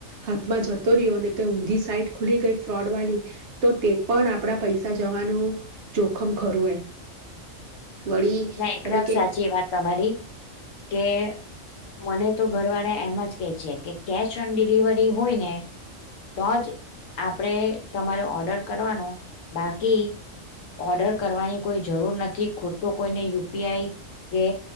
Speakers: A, on the right; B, on the left.
A: હાથમાં જતો રહ્યો ને કઈ ઊંધી સાઈટ ખુલી ગઈ ફ્રોડ વાળી તો તે પણ આપણા પૈસા જવાનું જોખમ ખરું એ. વળી
B: ના એકદમ
A: તમે કે
B: સાચી વાત તમારી કે કે મને તો ઘરવાળા એમ જ કે છે કે કેશ ઓન ડિલિવરી હોય ને તો જ આપણે તમારો ઓર્ડર કરવાનું બાકી ઓર્ડર કરવાની કોઈ જરૂર નથી. ખોટો કોઈને યુપીઆઈ કે